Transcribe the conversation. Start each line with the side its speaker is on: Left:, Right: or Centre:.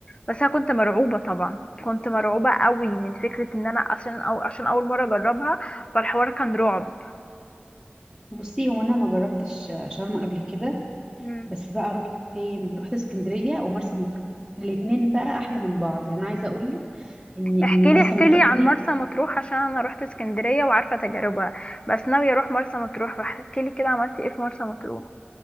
Left: بس انا كنت مرعوبه طبعا كنت مرعوبه قوي من فكره ان انا عشان أو عشان اول مره اجربها فالحوار كان رعب
Centre: بصي هو انا ما جربتش شرم قبل كده
Left: مم.
Centre: بس بقى رحت فين رحت اسكندريه ومرسى مطروح الاتنين بقى احلى من بعض يعني انا عايزه اقول لك ان ان
Left: احكي
Centre: مرسى
Left: لي احكي
Centre: مطروح
Left: لي عن
Centre: دي
Left: مرسى مطروح عشان انا روحت اسكندريه وعارفه تجاربها بس ناويه اروح مرسى مطروح فاحكي لي كده عملتي ايه في مرسى مطروح